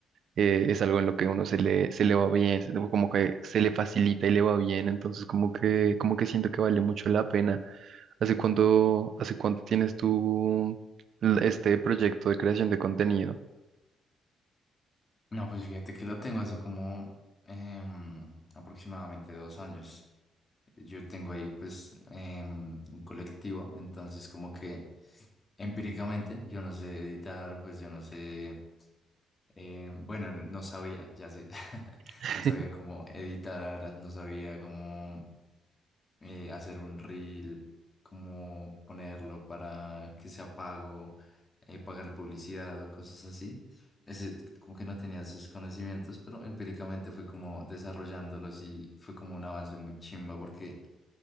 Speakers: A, on the right; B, on the left.
A: Eh, es algo en lo que uno se le, se le va bien, se- como que se le facilita y le va bien, entonces como que, como que siento que vale mucho la pena. ¿Hace cuánto, hace cuánto tienes tú l- este proyecto de creación de contenido?
B: No, pues fíjate que lo tengo hace como em, aproximadamente dos años. Yo tengo ahí pues em, un colectivo, entonces como que empíricamente yo no sé editar, pues yo no sé, em, bueno, n- no sabía, ya sé, <laughs>
A: <laughs>
B: no sabía cómo editar, no sabía cómo eh, hacer un reel, cómo ponerlo para que sea pago, eh, pagar publicidad o cosas así ese, como que no tenía sus conocimientos, pero empíricamente fue como desarrollándolos y fue como un avance muy chimba porque